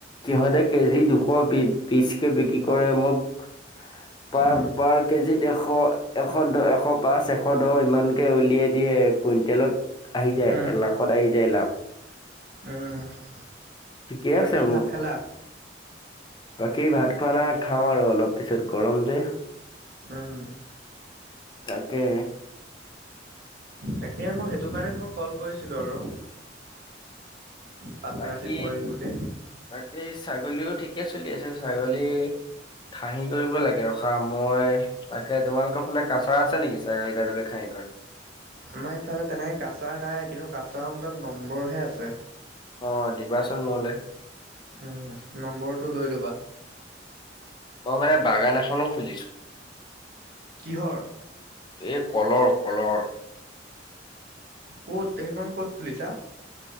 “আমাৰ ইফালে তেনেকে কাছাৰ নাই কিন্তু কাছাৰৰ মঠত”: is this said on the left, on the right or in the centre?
Right